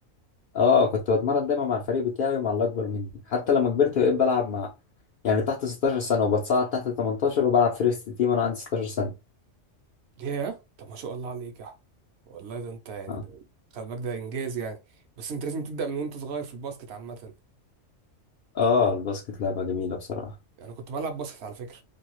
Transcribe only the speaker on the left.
اه كنت بتمرن دايما مع الفريق بتاعي ومع اللي اكبر مني حتى لما كبرت بقيت بلعب مع يعني تحت 16 سنة وبتصعد تحت 18 وبلعب فيرست تيم وانا عندي 16 سنة
اه
آه، الباسكت لعبة جميلة بصراحة